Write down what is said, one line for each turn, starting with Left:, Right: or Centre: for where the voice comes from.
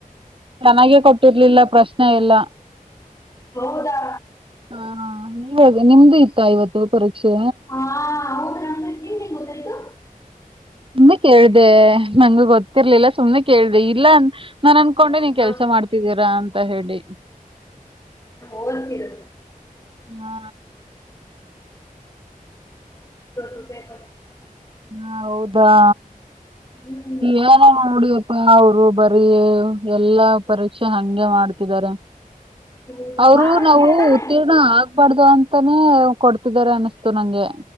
Right: ಹನಾಗಿ <inaudible> ಕೊಟ್ಟಿರ್ಲಿಲ್ಲ ಪ್ರಶ್ನೆ ಎಲ್ಲ
Left: ಹೌದಾ
Right: ಹಾ ನೀವಾಗ ನಿಮ್ದು ಇತ್ತ ಇವತ್ತು ಪರೀಕ್ಷೆ
Left: ಹಾ ಹೌದು ನಮ್ಗೆ ನಿಮ್ಗೆ ಗೊತ್ತಾಯ್ತು
Right: ಸುಮ್ನೆ ಕೇಳ್ದ ನಂಗು ಗೊತ್ತಿರ್ಲಿಲ್ಲ ಸುಮ್ನೆ ಕೇಳ್ದ ಇಲ್ಲ ನಾನ್ ಅನ್ಕೊಂಡೆ
Left: ಓ,
Right: ನೀ
Left: ಹಾ
Right: ಕೆಲ್ಸ ಮಾಡ್ತಿದ್ದೀರಾ ಅಂತ ಹೇಳಿ
Left: ಹನ್ತರ
Right: ಹಾ
Left: ೇ <inaudible>
Right: ಹ ಹೌದಾ
Left: ಹ್ಮ್
Right: ಏನ ನೋಡ ಅಪ್ಪ ಅವರು ಬರೀ ಎಲ್ಲಾ ಪರೀಕ್ಷೆ ಹಂಗೆ ಮಾಡ್ತಿದ್ದಾರೆ
Left: ಹೌದು
Right: ಅವರು
Left: ಪಾಸ್ ಆಗ್ತೀರಾ
Right: ನಾವು
Left: ತಾನೇ
Right: ಉತ್ತೀರ್ಣ ಆಗ್ಬಾರ್ದು ಅಂತಾನೇ ಕೊಡ್ತಿದ್ದಾರೆ ಅನಿಸತು ನಂಗೆ